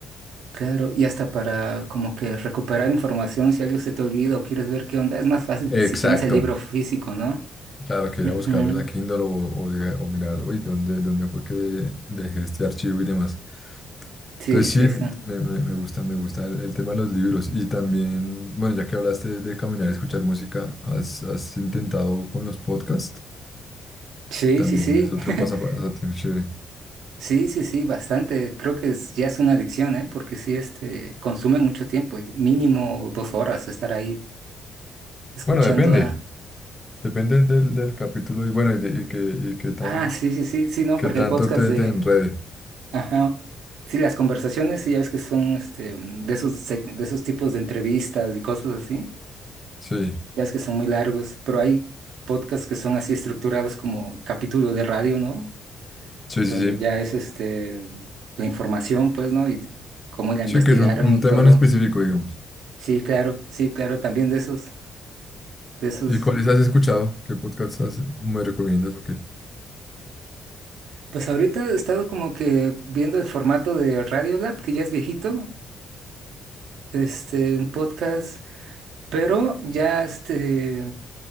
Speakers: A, on the right; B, on the left.
A: Claro, y hasta para como que recuperar información si algo se te olvida o quieres ver qué onda, es más fácil
B: Exacto.
A: si tienes el libro físico, ¿no?
B: Claro, que
A: Ujú.
B: ir a buscarlo en la Kindle o, o de- o mirar, uy, ¿dónde, dónde fue que dejé este archivo y demás?
A: Sí,
B: Entonces
A: sí,
B: sí,
A: sí.
B: me, me- me gusta, me gusta el, el tema de los libros. Y también, bueno, ya que hablaste de caminar y escuchar música, ¿has, has intentado con los podcasts?
A: Sí,
B: Que también
A: sí, sí.
B: es otro
A: <laughs>
B: pasatiempo chévere.
A: Sí, sí, sí, bastante. Creo que es- ya es una adicción, ¿eh? Porque sí, este, consume mucho tiempo, mínimo dos horas estar ahí escuchando
B: Bueno, depende,
A: a...
B: depende del, del capítulo y bueno, y, de- y que, y qué tan,
A: Ah, sí, sí, sí, sí, no,
B: qué
A: porque
B: tanto
A: hay podcasts
B: te,
A: de...
B: te enrede.
A: Ajá. Sí, las conversaciones, sí, ya ves que son, este, de esos, seg- de esos tipos de entrevistas y cosas así.
B: Sí,
A: ya es que son muy largos, pero hay podcasts que son así estructurados como capítulo de radio, ¿no?
B: sí, sí,
A: Donde
B: sí.
A: ya es este la información, pues, ¿no? Y cómo la
B: Sí,
A: investigaron
B: que es un, un
A: y
B: tema
A: todo.
B: en específico, digamos.
A: Sí, claro, sí, claro, también de esos, de esos.
B: ¿Y cuáles has escuchado? ¿Qué podcast has- me recomiendas o qué?
A: Pues ahorita he estado como que viendo el formato de Radiolab, que ya es viejito, este, un podcast. Pero ya este,